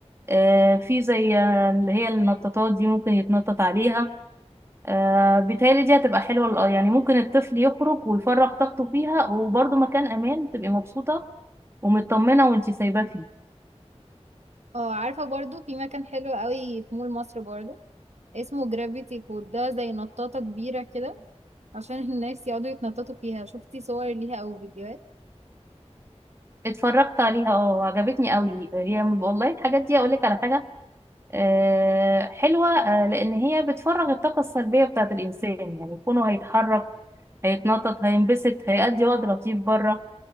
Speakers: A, on the right; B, on the right.
A: آه، في زي آه، اللي هي النطاطات دي ممكن يتنطط عليها آه، بالتالي دي هتبقى حلوة للأ- يعني ممكن الطفل يخرج ويفرغ طاقته فيها وبرضه مكان أمان تبقي مبسوطة ومطمنة وانتي سايباه فيه
B: اه عارفه برضو في مكان حلو قوي في مول مصر برضو اسمه جرافيتي كود ده زي نطاطه كبيره كده عشان <laughs> الناس يقعدوا يتنططوا فيها شفتي صور ليها او فيديوهات
A: اتفرجت عليها اه عجبتني قوي هي والله الحاجات دي اقولك على حاجه آه، حلوه آه، لان هي بتفرغ الطاقه السلبيه بتاعه الانسان يعني يكونوا هيتحرك هيتنطط هينبسط هيقضي وقت لطيف بره